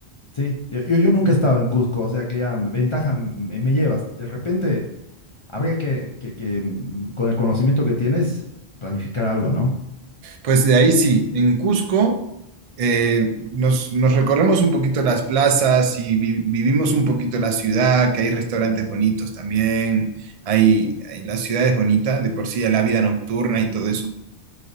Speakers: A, on the left; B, on the right.
A: sí, yo, yo yo nunca he estado en Cusco, o sea que ya ventaja me, me llevas. De repente, Habría que, que- que, mm, con el conocimiento que tienes, planificar algo, ¿no?
B: Pues de ahí sí, en Cusco eh, nos, nos recorremos un poquito las plazas y vi- vivimos un poquito la ciudad, que hay restaurantes bonitos también, hay, hay- la ciudad es bonita, de por sí ya la vida nocturna y todo eso.